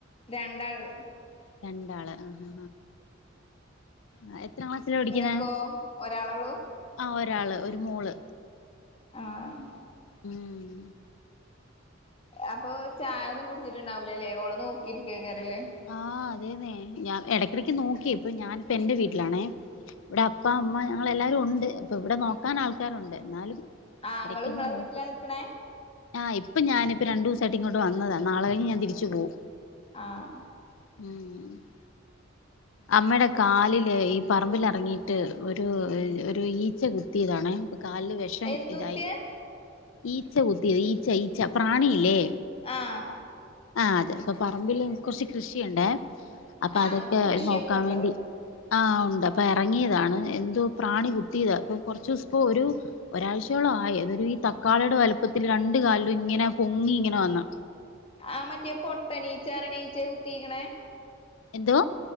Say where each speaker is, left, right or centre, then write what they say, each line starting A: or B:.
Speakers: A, on the left; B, on the left.
A: രണ്ടാള്
B: രണ്ടാള് ആഹ് ആഹ് എത്ര ക്ലാസ് സ്സ്ലാ പഠിക്കുന്നെ
A: ഇങ്ങക്കോ ഒരാളൊള്ളൂ
B: ആ ഒരാള് ഒരു മോള്.
A: ആഹ്
B: ഉം
A: അപ്പൊ ചായ ഒന്നും കുടിച്ചിട്ടുണ്ടാവുലല്ലേ ഓളെ നോക്കിയിരിക്കെയ്ക്കാരല്ലേ.
B: ആഹ് അതേന്നെ ഞാ എടക്കിടക്ക് നോക്കി ഇപ്പൊ ഞാനിപ്പൊ എന്റെ വീട്ടിലാണേ ഇവ്ടെ അപ്പ അമ്മ ഞങ്ങളെല്ലാരും ഒണ്ട് അപ്പൊ ഇവിടെ നോക്കാനാൾക്കാരുണ്ട് എന്നാലും.
A: ആഹ്
B: എടയ്ക്കൊന്ന്
A: ഇങ്ങള് ഇങ്ങളെ
B: നോക്കും.
A: വീട്ടിലാ നിക്കണേ
B: ആഹ് ഇപ്പം ഞാനിപ്പോ രണ്ടൂസായിട്ട് ഇങ്ങോട്ട് വന്നതാ നാളെഴിഞ് ഞാൻ തിരിച്ച് പോവും.
A: ആഹ്
B: ഉം അമ്മേടെ കാലിലെ ഈ പറമ്പിലിറങ്ങിയിട്ട് ഒരു ഒരു ഈ ച്ച കുത്തിയതാണെ അപ്പൊ കാലില് വെഷം
A: എന്തുത്തിയെ
B: ഇതായി. ഈച്ച കുത്തിയത് ഈച്ച ഈച്ച പ്രാണിയില്ലേ.
A: ആഹ്
B: ആ അതെ അപ്പൊ പറമ്പില് കൊറച്ച് കൃഷിയുണ്ടേ അപ്പൊ
A: ആഹ്
B: അതൊക്കെ
A: ഇങ്ങക്ക് കൃഷിയൊക്കെ
B: നോക്കാം
A: ഉണ്ടോ
B: വേണ്ടി ആഹ് ഉണ്ട് അപ്പൊ എറങ്ങിയതാണ് എന്തോ പ്രാണി കുത്തിയതാ അപ്പൊ കൊറച്ചൂസം ഇപ്പൊ ഒരു ഒരാഴ്ചയോളം ആയി അതൊരു ഈ തക്കാളിയുടെ വലുപ്പത്തില് രണ്ട്‌ കാലിലും ഇങ്ങനെ പൊങ്ങി ഇങ്ങനെ വന്നു.
A: ആ മറ്റേ പൊട്ടനീച്ച റീണഈച്ചെ കുത്തീക്ക്‌ണെ.
B: എന്തോ